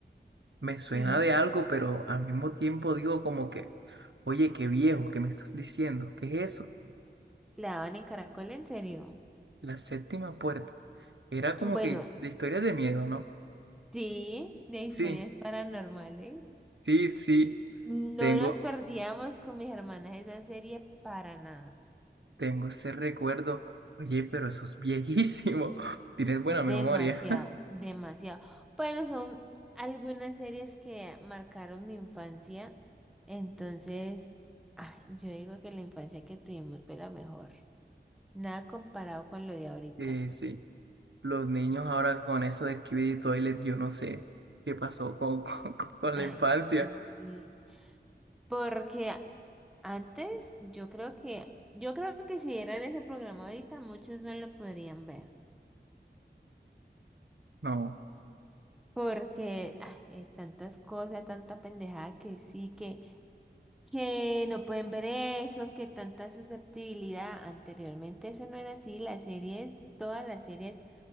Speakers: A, on the right; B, in the centre.
A: Me
B: Sí,
A: suena de algo, pero al mismo tiempo digo como que, oye, qué viejo, ¿qué me estás diciendo? ¿Qué es eso?
B: la daban en Caracol, en serio. <clears throat>
A: La séptima puerta. Era como
B: Bueno,
A: que de historias de miedo, ¿no?
B: sí, de historias
A: Sí,
B: paranormales.
A: sí, sí.
B: No
A: Tengo,
B: nos perdíamos con mis hermanas esa serie para nada.
A: tengo ese recuerdo. Oye, pero eso es viejísimo. <laughs> Tienes buena
B: Demasiado,
A: memoria. <laughs>
B: demasiado. Bueno, son algunas series que marcaron mi infancia. Entonces, ah, yo digo que la infancia que tuvimos fue la mejor. Nada comparado con lo de ahorita.
A: Eh, sí, los niños ahora con eso de Skibidi Toilet, yo no sé qué pasó con, <laughs> con, con con
B: Ay,
A: la infancia.
B: sí. Porque antes yo creo que, yo creo que si dieran ese programa ahorita, muchos no lo podrían ver.
A: No,
B: Porque ay, hay tantas cosas, tanta pendejada que sí, que, que no pueden ver eso, que tanta susceptibilidad. Anteriormente eso no era así, las series, todas las series